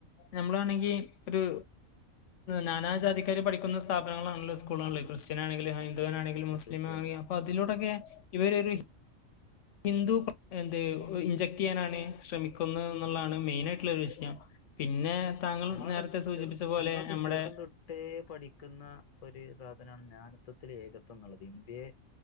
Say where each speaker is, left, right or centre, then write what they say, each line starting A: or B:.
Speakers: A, on the left; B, on the left.
A: നമ്മളാണെങ്കിൽ ഒരു നാനാജാതിക്കാർ പഠിക്കുന്ന സ്ഥാപനങ്ങളാണല്ലോ സ്കൂളണല്ലോ ക്രിസ്ത്യൻ ആണെങ്കില <unintelligible> മുത്സിമാണെങ്കിലും
B: തീർച്ചയായിട്ടും.
A: അപ്പൊ <unintelligible> ഇവരൊരു ഹിന്ദു <unintelligible> ഇൻജക്ട് ചെയ്യാനാണ് ശ്രമിക്കുന്നെന്നൊളളയാണ് മെയിനായിട്ടുള്ളെയൊരു വിഷയം പിന്നെ താങ്കൾ
B: നമ്മളൊക്കെ
A: നേരത്തെ സൂചിപ്പിച്ച
B: ചെറു
A: പോലെ
B: നമ്മളൊക്കെ
A: നമ്മുടെ
B: ചെറുപ്പം തൊട്ടേ പഠിക്കുന്ന ഒരു സാധനാണ് നാനത്വത്തിൽ ഏകത്വംന്നുളളത് ഇന്ത്യയെ